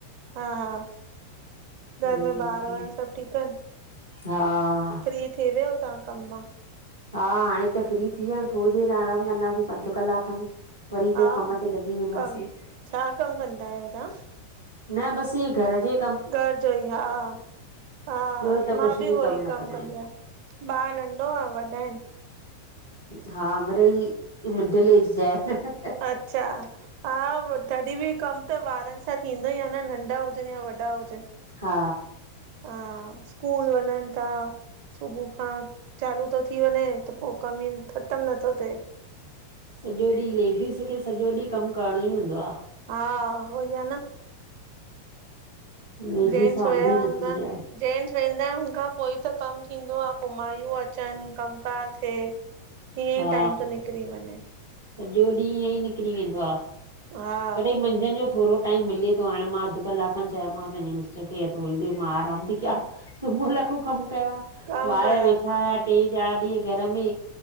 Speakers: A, on the right (about 45°); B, on the left (about 85°).
A: हा- हा, घर
B: हम्म
A: में ॿार वार सभु ठीकु आहिनि?
B: हा।
A: फ्री थी वियो तव्हां कम मां?
B: हा हाणे त फ्री थी विया, थोड़ी देरि आरामु कंदासीं अधु कलाक खनि, वरी
A: हा
B: पो कम ते लॻी वेंदासीं।
A: कमु छा कमु कंदा आहियो तव्हां?
B: न बस इ घर जे
A: घर जो ई हा। हा,
B: ॿियो त
A: मां
B: कुझु
A: बि उहो ई कमु
B: न कंदा आहियूं
A: कंदी आहियां, ॿार नंढो आ वॾा आहिनि?
B: हा मिड़ई मिडल एज़ जा आहिनि।
A: अच्छा हा तॾहिं बि कम त ॿारनि सां थींदो ई आ न नंढा हुजिनि या वॾा हुजनि।
B: हा।
A: हा स्कूल वञन ता, सुबुह खां चालू तो थी वञे त पो कम ई ख़तमु नथो थिए।
B: सॼो ॾींहुं लेडीस खे सॼो ॾींहुं कमु करणो ई हूंदो आ।
A: हा उहोई आ न।
B: लेडीस
A: जेंट्स
B: वांदी
A: वया हूंदा
B: न थींदी
A: आहिनि,
B: आहे
A: जेंट्स वेंदा आहिनि हुनखां पोइ त कमु थींदो आ, पो माइयूं अचनि कमु कार थिए। ईयंइ
B: हा
A: टाइम तो निकरी वञे।
B: सॼो ॾींहुं ईअं ई निकिरी वेंदो आ
A: हा
B: कॾहिं मंझंदि जो थोड़ो टाइम मिले तो हाणे मां अधु कलाक खनि चयोमांसि पंहिंजे मिस्टर खे थोड़ी देरि मां आराम ती कयां, सुबुह लाखूं कमु कयो आ,
A: कमु
B: ॿार
A: कयां
B: वेठा
A: हा
B: हुआ टे चारि ॾींहं घर में